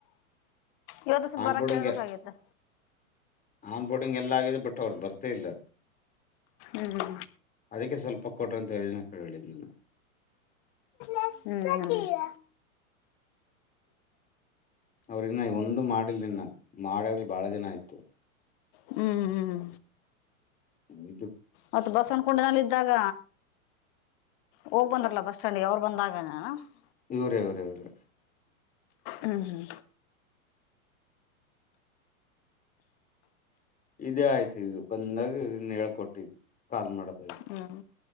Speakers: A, on the left (about 45°); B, on the left (about 20°).
A: ಇವತ್ತು ಸ್ವಲ್ಪ
B: ಆನ್
A: ಬರಕ್ಕೆ
B: ಬೋರ್ಡಿಂಗ್
A: ಹೇಳಬೇಕಾಗಿತ್ತು
B: ಆನ್ ಬೋರ್ಡಿಂಗ್ ಎಲ್ಲ ಆಗಿದೆ ಬಟ್ ಅವರು ಬರ್ತ ಇಲ್ಲ
A: ಹೂ
B: ಅದಕ್ಕೆ ಸ್ವಲ್ಪ ಕೊಡು ಅಂತ ಹೇಳಿದ್ದು
A: ಹೂ ಹೂ
B: ಅವ್ರ ಇನ್ನ ಒಂದು ಮಾಡಿಲ್ಲ ಇನ್ನ ಮಾಡಿ ಆಗಲೇ ಬಾಳ ದಿನ ಆಯ್ತು
A: ಹ್ಮ್ ಹ್ಮ್
B: <unintelligible>
A: ಮತ್ ಬಸವನಕುಂಡನಲ್ಲಿ ಇದ್ದಾಗ ಹೋಗಿ ಬಂದರಲ್ಲ ಬಸ್ ಸ್ಟ್ಯಾಂಡ್ಗೆ ಅವರು ಬಂದಾಗ <unintelligible>
B: ಇವರೇ ಅವರೇ ಅವರೇ
A: ಹ್ಮ ಹ್ಮ
B: ಇದೇ ಆಯ್ತು ಇದು ಬಂದಾಗ ಇದನ್ ಹೇಳ್ಕೊಟ್ಟಿದ್ ಕಾಲ್ ಮಾಡದು.
A: ಹ್ಮ